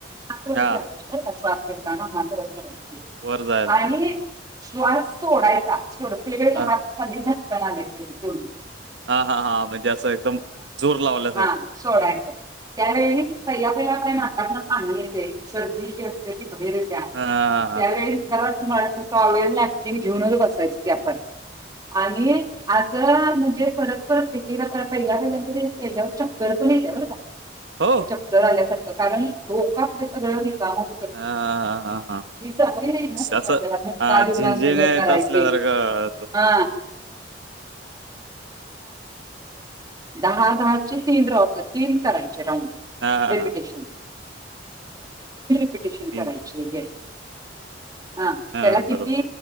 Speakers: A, on the right; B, on the right.
A: हात वर
B: हा
A: करायचे बर का? श्वास घेताना मान वर करायची.
B: वर जायला
A: आणि
B: पाहिजे
A: श्वास सोडायचा सोडते वळी
B: हा
A: हात खाली घ्यायच. <unintelligible>
B: हा हा हा म्हणजे असं एकदम जोर लावल्यासारख
A: सोद्यायच. त्यावेळी पहिला पहिला काय नाकात न पाणी येते सर्दी जी असते ती बाहेर येते. त्या
B: हा हा हा
A: त्यावेळी टॉवेल नॅपकिन घेऊनच बसायच ते आपण आणि असं म्हणजे परत परत एक एक दा पहिला पहिल्यांदा केल्यावर चक्कर पण येत बर का?
B: हो
A: चक्कर आल्यासारखं कारण डोक आपलं सगळं रिकाम होतंय.
B: हा हा हा हा हा.
A: ती चांगली नाही ना तसं
B: असं
A: आपल्याला कार्य
B: हा झिंझिण्या येत
A: करायची
B: असल्यासारखं तसं.
A: हा <unintelligible> दहा चे तीन करायचे राऊंड करायचे.
B: हा हा
A: रिपीटेशन
B: हा
A: रिपीटेशन
B: तीन
A: करायचं हे हा त्याला
B: हा,
A: किती
B: बरोबर